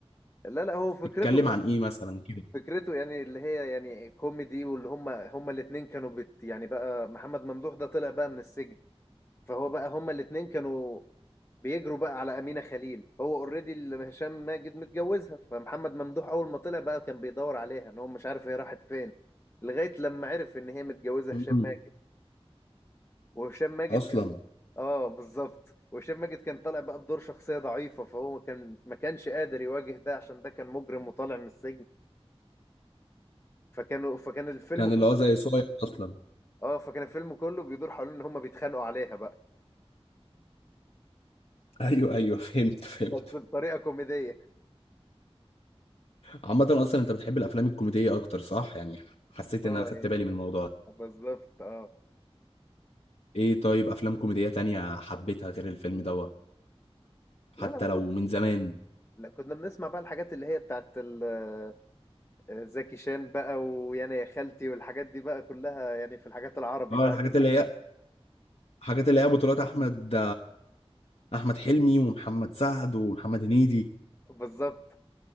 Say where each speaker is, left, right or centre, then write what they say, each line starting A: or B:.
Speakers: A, on the left (about 25°); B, on the left (about 75°).
A: لا لا هو فكرته
B: اتكلم
A: كانت
B: عن ايه مثلا
A: فكرته يعني اللي هي يعني كوميدي واللي هم هم الاثنين كانوا بت يعني بقى محمد ممدوح ده طلع بقى من السجن فهو بقى هم الاثنين كانوا بيجروا بقى على أمينة خليل هو اوريدي اللي هشام ماجد متجوزها فمحمد ممدوح اول ما طلع بقى كان بيدور عليها ان هو مش عارف هي راحت فين لغاية لما عرف ان هي متجوزة
B: كده
A: هشام ماجد وهشام ماجد
B: اصلا
A: كان اه بالظبط وهشام ماجد كان طالع بقى بدور شخصية ضعيفة فهو ما كان ما كانش قادر يواجه ده عشان ده كان مجرم وطالع من السجن فكانوا فكان الفيلم
B: كان
A: كله
B: اللي هو زي صايع اصلا
A: اه فكان الفيلم كله بيدور حوالين ان هم بيتخانقوا عليها بقى
B: <laughs> ايوه ايوه فهمت فهمت
A: بس بطريقة كوميدية
B: عامه اصلا انت بتحب الافلام الكوميديه اكتر صح يعني حسيت
A: اه
B: ان انا خدت
A: يعني
B: بالي من الموضوع ده
A: بالظبط اه
B: ايه طيب افلام كوميديه تانية حبيتها غير الفيلم دوت حتى
A: لا لا كنا
B: لو من زمان
A: لا كنا بنسمع بقى الحاجات اللي هي بتاعت ال- آه، زكي شان بقى ويعني يا خالتي والحاجات دي بقى كلها يعني في الحاجات العربي
B: اه
A: بقى
B: الحاجات
A: كانت
B: اللي
A: حلوة.
B: هي الحاجات اللي هي بطولات احمد احمد حلمي ومحمد سعد ومحمد هنيدي
A: بالظبط